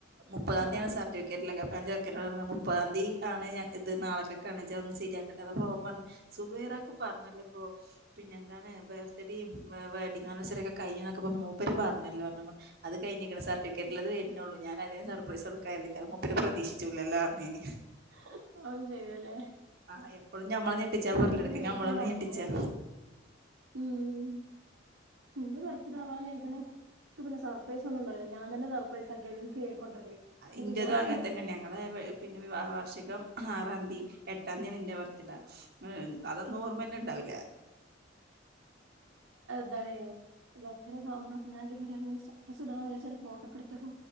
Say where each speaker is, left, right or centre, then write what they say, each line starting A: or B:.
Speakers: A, on the right; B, on the right.
A: മുപ്പതാം
B: ആഹ്
A: തീയാണ് സർട്ടിഫിക്ക ലൊക്കെ ഇപ്പ ചക്ക മുപ്പതാം തീയതി ആണ് ഇത് നാളെക്കൊണ് ശരിയാക്കട്ടെ അ പോകു സുബൈറി ത പറഞ്ഞല്ലോ പിന്നെ എന്താണ് ബർത്ത്ഡേയും വെഡ്ഡിംഗാനസറിയും. കഴിഞ്ഞക്ക മൂപ്പ പറഞ്ഞല്ലോ അത് കഴിഞ്ക്ക്ണ് ഫിക്കറ്റിൽത് വരുന്നുയള്ളൂ ഞാന അതിന് സർപ്രൈസ് കൊടുക്കായിരുന്ന താ പ്രതീക്ഷിച്ചില്ലല്ലോ ന്നറിഞ്ഞ് ഞാന്
B: <unintelligible>
A: ആഹ എപ്പോഴും ഞമ്മള ഞെട്ടിച്ചാ
B: രണ്ട്
A: പൊരളെടുക്കും
B: രീതിക്കണ്ടാക്കിങ്ങാണ്ട്
A: ഞമ്മളൊന്ന് ഞെട്ടിച്ചാ
B: ഉം എന്റെ ബർത്ത്ഡേ പിന്നെ സർപ്രൈസ് ഒന്നും ഉണ്ടായില്ല ഞാൻ തന്നെ സ പൈസക്ക നി കേക്കണ്ടലി എ
A: ഇന്റതും
B: ഞാൻ
A: അങ്ങനെ തന്നെ ഞങ്ങളെ
B: <unintelligible>
A: പിന്നെ വിവാഹ വാർഷികം ആറാം തീയതി എട്ടാം തീയതി എന്റെ ബർത്ത്ഡാ അതൊന്നും
B: ഉം
A: ഓർമ്മ തന്നെ ഉണ്ടാവൂല്ല
B: അതെ ബർത്ത്ഡേക്കാവുമ്പോ ഞാൻ സ്റ്റാസ് ഇടാംവിചാരിച്ചിട്ട് ഫോട്ടക്കെ എടുത്തപ്പോ